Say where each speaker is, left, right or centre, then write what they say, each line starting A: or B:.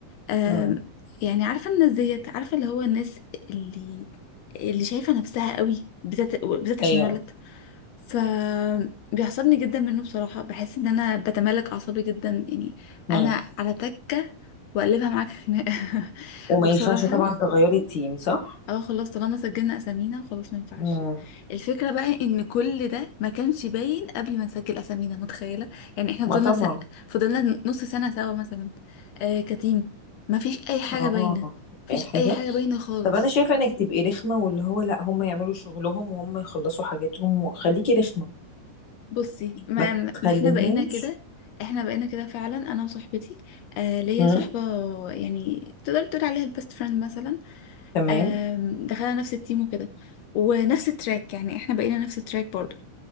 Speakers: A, on the left (about 80°); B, on the left (about 40°).
A: آم،
B: مم.
A: يعني عارفة الناس ديت عارفة اللي هو الناس اللي اللي شايفة نفسها قوي بالذات بالذات عشان
B: ايوه
A: ولد ف بيعصبني جدا منه بصراحة بحس ان انا بتملك اعصابي جدا يعني
B: مم.
A: انا على تكة واقلبها معاك خناقة <laughs>
B: وما
A: وبصراحة
B: ينفعش طبعا تغيري التيم صح
A: اه خلاص طالما سجلنا اسامينا خلاص ما ينفعش
B: مم.
A: الفكره بقى ان كل ده ما كانش باين قبل ما نسجل اسامينا متخيله يعني احنا
B: ما
A: فضلنا
B: طبعا
A: س... فضلنا نص سنه سوا مثلا آه كتيم ما فيش اي حاجه
B: اه
A: باينه ما فيش
B: اي حاجه
A: اي حاجه باينه خالص
B: طب انا شايفه انك تبقي رخمه واللي هو لا هم يعملوا شغلهم وهم يخلصوا حاجاتهم وخليكي رخمه
A: بصي ما,
B: ما
A: ما
B: تخليهمش
A: احنا بقينا كده احنا بقينا كده فعلا انا وصاحبتي آه ليا
B: مم.
A: صاحبه يعني تقدر تقول عليها البيست فريند مثلا
B: تمام
A: آم، دخلنا نفس التيم وكده ونفس التراك يعني احنا بقينا نفس التراك برضو